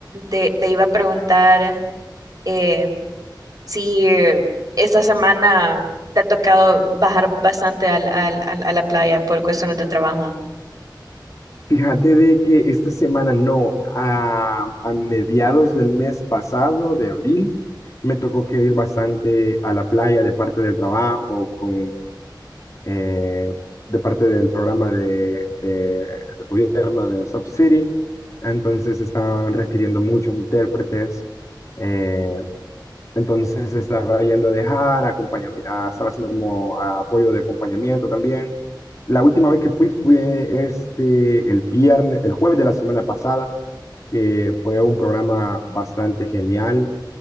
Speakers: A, on the right; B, on the left.
A: te, te iba a preguntar eh, si eh, esta semana te ha tocado bajar bastante al, al- al- a la playa por cuestiones de trabajo.
B: fíjate de que esta semana, no, a, a mediados del mes pasado, de abril, me tocó que ir bastante a la playa de parte del trabajo con eh, de parte del programa de, de- del gobierno de Soft City. Entonces estaban requiriendo muchos intérpretes. eh, entonces estaba yendo a dejar, acompañami- ah, estaba haciendo como ah, apoyo de acompañamiento también. La última vez que fui fue este, el viernes, el jueves de la semana pasada, que fue un programa bastante genial,